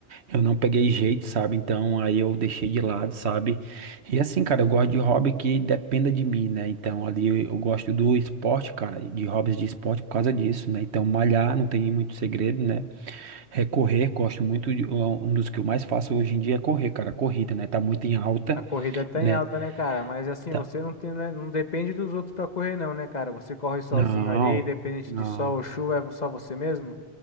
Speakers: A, on the right (about 75°); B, on the left (about 40°).
A: eu não peguei jeito, sabe? Então, aí eu deixei de lado, sabe? E assim, cara, eu gosto de hobby que dependa de mim, né? Então, ali eu, eu gosto do esporte, cara, de hobbies de esporte por causa disso, né? Então, malhar não tem muito segredo, né? É correr, gosto muito de, é um dos que eu mais faço hoje em dia é correr, cara, corrida, né? Tá muito em alta,
B: A corrida tá
A: né?
B: em alta, né, cara? Mas assim,
A: Tá-
B: você não tem, né, não depende dos outros para correr não, né, cara? Você corre sozinho
A: Não,
B: ali, independente
A: não.
B: de sol ou chuva, é só você mesmo?